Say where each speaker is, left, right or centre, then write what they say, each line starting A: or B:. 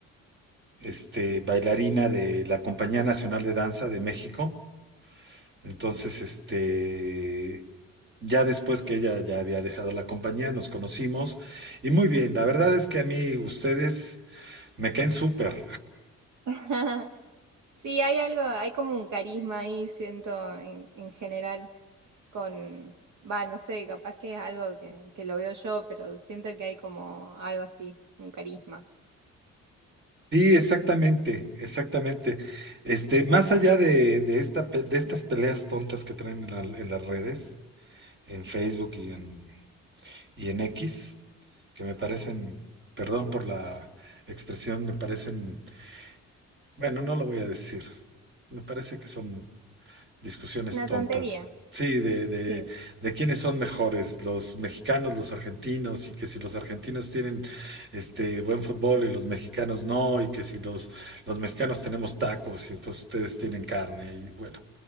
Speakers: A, on the right; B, on the right.
A: este, bailarina de la Compañía Nacional de Danza de México. Entonces, este, ya después que ella ya había dejado la compañía, nos conocimos y muy bien. La verdad es que a mí ustedes me caen súper.
B: <laughs> Sí, hay algo, hay como un carisma ahí, siento, en, en general. con, va, no sé, capaz que es algo que, que lo veo yo, pero siento que hay como algo así, un carisma.
A: Sí, exactamente, exactamente. Este, más allá de, de esta, pe- de estas peleas tontas que traen en, la- en las redes, en Facebook y en, y en X, que me parecen, perdón por la expresión, me parecen, bueno, no lo voy a decir, me parece que son Discusiones
B: Una
A: tontas.
B: tontería,
A: Sí, de, de,
B: sí.
A: de quiénes son mejores, los mexicanos, los argentinos, y que si los argentinos tienen este buen fútbol y los mexicanos no, y que si los, los mexicanos tenemos tacos y entonces ustedes tienen carne, y bueno,